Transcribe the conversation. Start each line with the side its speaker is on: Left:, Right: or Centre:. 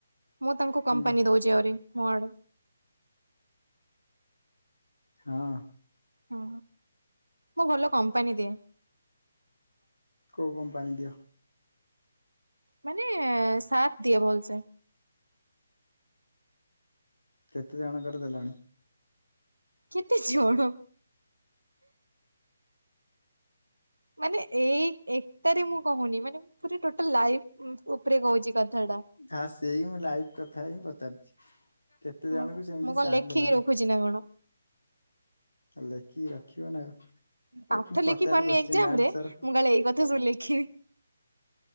Right: ମୁଁ ତାଙ୍କୁ
Left: ହୁଁ
Right: କମ୍ପାନୀ ଦଉଛି ଆହୁରି ମ ଆଡୁ।
Left: ହଁ
Right: ହ ମୁଁ ଭଲ କମ୍ପାନୀ ଦିଏ।
Left: କୋଉ କମ୍ପାନୀ ଦିଅ
Right: ମାନେ ସାତ ଦିଏ ଭଲସେ
Left: କେତେ ଜଣଙ୍କର ଦେଲଣି
Right: କେତେ ଜଣ ମାନେ ଏଇ ଏକଟାରେ ମୁଁ କହୁନି ମାନେ ପୁରା ଟୋଟାଲ ଲାଇଫ ଉ ଉପରେ କହୁଛି କଥା ଟା
Left: ହଁ ସେଇ ମୁଁ ଲାଇଭ୍ କଥା ହିଁ ପଚାରୁଛି। କେତେ ଜଣଙ୍କୁ
Right: ମୁଁ
Left: ସେମିତି
Right: ମୁଁ କଣ
Left: ସାଥ
Right: ଲେଖିକି
Left: ଦେଲଣି
Right: ରଖୁଛି ନା କଣ
Left: ଲେଖିକି ରଖିବ ନା ଆଉ ଏ
Right: ପାଠ
Left: ମୁଁ
Right: ଲେଖି
Left: ପଚାରିଲି
Right: ପାରୁନି
Left: କୋଶ୍ଚିନ୍
Right: ଏଜାମ
Left: ଆନ୍ସର
Right: ରେ ମୁଁ କାଲେ ଏଇ କଥା ଶୁଣି ଲେଖିନି